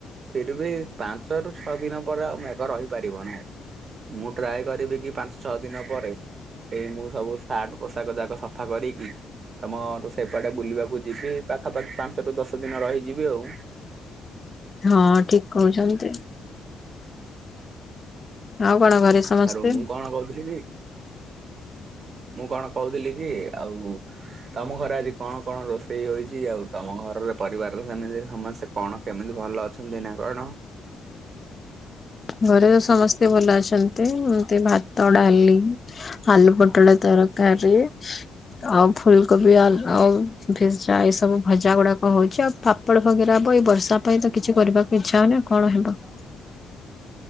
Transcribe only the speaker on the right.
ଫିର ବି ପାଞ୍ଚ ରୁ ଛଅ ଦିନ ପରେ ଆଉ ମେଘ ରହିପାରିବ ନାହି। ମୁଁ ଟ୍ରାଏ କରିବି କି ପାଞ୍ଚ ଛଅ ଦିନ ପରେ? ଏଇ ମୁଁ ସବୁ ସାର୍ଟ ପୋଷାକ ଯାକ ସଫା କରିକି ତମ ସେପଟେ ବୁଲିବାକୁ ଯିବି ପାଖାପାଖି ପାଞ୍ଚଟୁ ଦଶ ଦିନ ରହିଯିବି ଆଉ।
ଆରୁ ମୁଁ କଣ କହୁଥିଲି କି? ମୁଁ କଣ କହୁଥିଲି କି ଆଉ ତମ ଘରେ ଆଜି କଣ କଣ ରୋଷେଇ ହୋଉଛି ଆଉ ତମ ଘରରେ ପରିବାର ସେିମିତି ସମସ୍ତେ କଣ କେମିତି ଭଲ ଅଛନ୍ତି ନା କଣ?